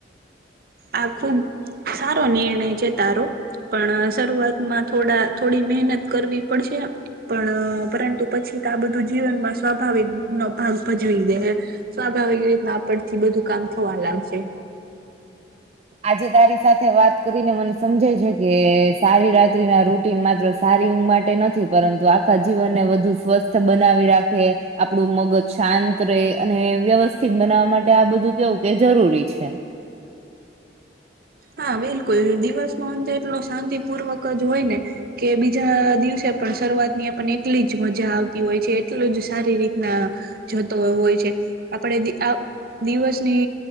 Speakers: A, on the right; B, on the right.
A: આ ખુબ સારો નિર્ણય છે, તારો. પણ શરૂઆતમાં થોડા થોડી મહેનત કરવી પડશે. પણ પરંતુ પછી તો આ બધું જીવનમાં સ્વભાવી નો ભાગ ભજવી દે. સાધારણ રીતના આપડેથી બધું કામ થવા લાગશે.
B: આજે તારી સાથે વાત કરીને મને સમજે જાય ગયું કે સારી રાત્રિના રૂટ માત્ર સારી ઊંઘ માટે નથી પરંતુ આખા જીવનને વધુ સ્વસ્થ બનાવી રાખે આપડું મગજ શાંત રહે અને વ્યવસ્થિત બનાવવા માટે આ બધું કેવું કે જરૂરી છે,
A: હા, બિલકુલ દિવસમાં અંતે એટલો શાંતિપૂર્વક જ હોયને કે બીજા દિવસે પણ શરૂઆતની આપણને એટલી જ મજા આવતી હોય છે, એટલું જ સારી રીતના જતો હોય છે, આપણે આવ દિવસની